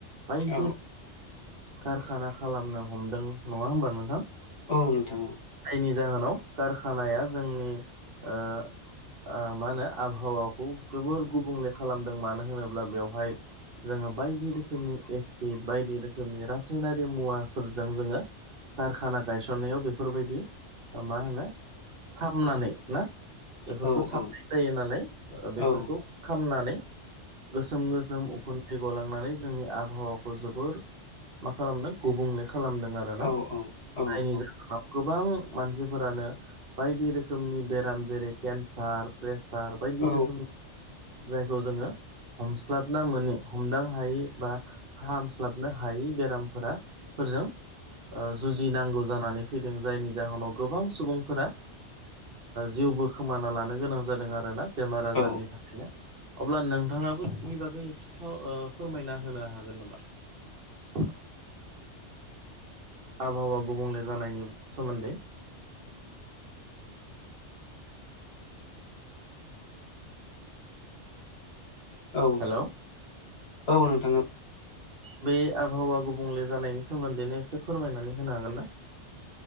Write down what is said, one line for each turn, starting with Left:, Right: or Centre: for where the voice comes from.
Right: बायदि
Left: औ
Right: कारखाना खालामनो हमदों नंङा होमबा नोंथां
Left: औ नोंथां औ
Right: जायनि जाहोनाव कारखानाया जोंनि ओ आ माहोनो आबहावाखौ जोबोर गुबुंले खालामदों मानो होनोब्ला बेवहाय जोंङो बायदि रोखोमनि एसिड बायदि रोखोमनि रासायनारि मुवाफोरजों जोंङो कारखाना गायसननायाव बे बेफोरबायदि मा होनो सामनानै ना बेफोरखौ
Left: औ
Right: साब
Left: औ
Right: जायो नालाय बेफोरखौ
Left: औ
Right: खामनानै गोसोम गोसोम उखुन्दै गलांनानै जोंनि आबहावाखौ जोबोर मा खालामदों गुबुंले खालामदों आरोना
Left: औ औ
Right: जायनि
Left: औ
Right: जा गोबां मानसिफोरानो बायदि रोखोमनि बेराम जेरै केन्सार, प्रेसार बायदि
Left: औ
Right: रोखोम जायखौ जोंङो हमस्लाबना मोनि हमदां हायै बा फाहामस्लाबनो हायि बेरामफोरा फोरजों जुजिनांगौ जानानै फैदों जायनि जाहोनाव गोबां सुबुंफोरा जिउबो खोमाना लानो गोनां जादों आरो आरोना बेमार आजारनि
Left: औ
Right: थाखायनो अब्ला नोंथांङाबो बिनि बागै एसे स ओ फोरमायना होनो हागोन नामा <inaudible> आबहावा गुबुंले जानायनि सोमोन्दै
Left: औ
Right: हेल'
Left: औ नोंथां औ
Right: बे आबहावा गुबुंले जानायनि सोमोन्दैनो एसे फोरमायनानै होनो हागोनना?